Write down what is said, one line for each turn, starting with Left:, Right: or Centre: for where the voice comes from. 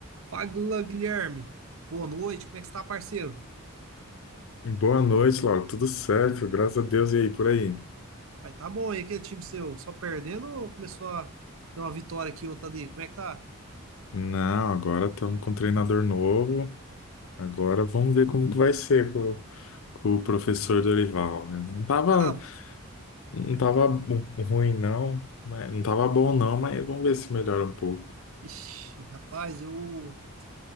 Right: Fala, Guilherme. Boa noite, como é que você tá, parceiro?
Left: Boa noite, Laura. Tudo certo? Graças a Deus. E aí, por aí?
Right: Vai, tá bom aí aquele time seu? Só perdendo ou começou a ter uma vitória aqui, outra ali? Como é que tá?
Left: Não, agora estamos com um treinador novo. Agora vamos ver como que vai ser com, com o professor Dorival, né? Não tava,
Right: Ah,
Left: não tava bu- ruim, não. Mas, não tava bom, não, mas vamos ver se melhora um pouco.
Right: ixi, rapaz, eu.